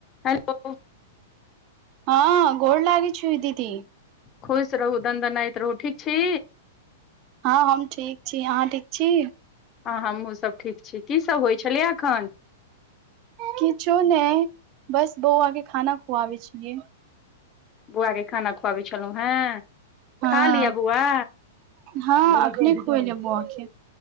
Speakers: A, on the left; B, on the right.
A: hello
B: हँ गोर लागै छियौ दीदी
A: खुश रहू दन्दनायत रहू ठीक छी
B: हँ हम ठीक छी अहाँ ठीक छी
A: हँ हमहुं सभ ठीक छी की सभ होइ छलिया एखन
B: किछो ने बस बउआ के खाना खुआबै छियै
A: बौआ के खाना खुआबै छलौं हे
B: हँ
A: खा लिअ बौआ
B: हँ अखने खुएलिया बौआ के